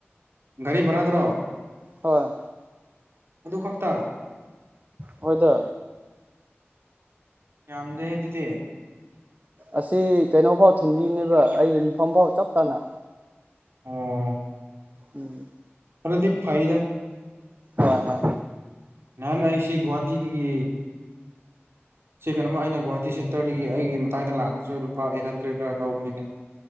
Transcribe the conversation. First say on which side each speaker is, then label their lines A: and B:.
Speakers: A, on the right; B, on the right.
A: ꯒꯥꯔꯤ ꯚꯔꯥꯗ꯭ꯔꯣ
B: ꯍꯣꯏ
A: ꯑꯗꯨ ꯈꯛꯇ
B: ꯍꯣꯏꯗ
A: ꯌꯥꯗ ꯑꯗꯨꯗꯤꯌꯦ
B: ꯑꯁꯤ ꯀꯩꯅꯣꯐꯥꯎ ꯊꯤꯟꯕꯤꯅꯦꯕ ꯑꯩꯒꯤ ꯌꯐꯝ ꯐꯥꯎ ꯆꯞ ꯆꯥꯅ
A: ꯑꯣ
B: ꯎꯝ
A: ꯍꯗꯤ ꯐꯥꯏꯗ
B: ꯍ
A: ꯅꯍꯥꯟ ꯑꯩꯁꯤ ꯒꯨꯍꯥꯇꯤꯗꯒꯤ ꯁꯤ ꯀꯩꯅꯣꯃ ꯑꯩꯅ ꯒꯣꯍꯥꯇꯤ ꯁꯦꯟꯇꯔꯗꯒꯤ ꯑꯩꯒꯤ ꯃꯇꯥꯏꯗ ꯂꯥꯛꯄꯗꯨꯁꯨ ꯂꯨꯄꯥ ꯑꯩꯠ ꯍꯟꯗ꯭ꯔꯦꯗ ꯈꯔ ꯂꯧꯕꯅꯤꯅꯦ